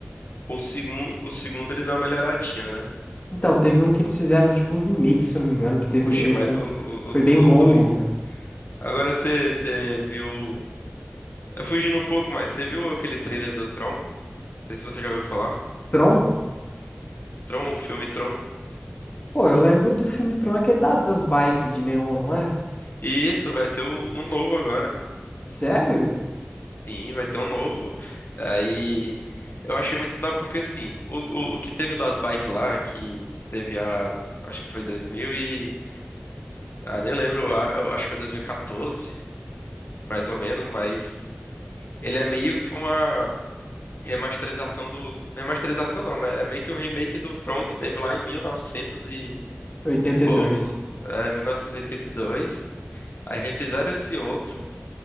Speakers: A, on the left; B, on the left.
A: O segundo, o segundo ele dá uma melhoradinha, né?
B: Então, teve um que eles fizeram, tipo um remake, se eu não me engano, que teve,
A: Eu curti
B: eh,
A: mais
B: foi,
A: o,
B: um,
A: o,
B: foi bem
A: o
B: longo.
A: o dois, né? Agora você você viu. É fugindo um pouco, mas você viu aquele trailer do Tron? Não sei se você já ouviu falar.
B: Tron?
A: Tron, o filme Tron.
B: Pô, eu lembro do filme Tron, aquele da, das bikes de neon, não é?
A: E isso, vai ter um, um novo agora.
B: Sério?
A: Sim, vai ter um novo. Aí. Eu achei muito top porque, assim, o, o, o que teve das bikes lá, que, que teve a. Acho que foi 2000 e. Ah, nem lembro, a- eu acho que foi 2014. mais ou menos, mas ele é meio que uma remasterização do. Remasterização não, mas é meio que um remake do Tron que teve lá em 1900 e, novecentos e
B: Oitenta
A: e pouco,
B: e dois.
A: é, 1982. Aí refizeram esse outro,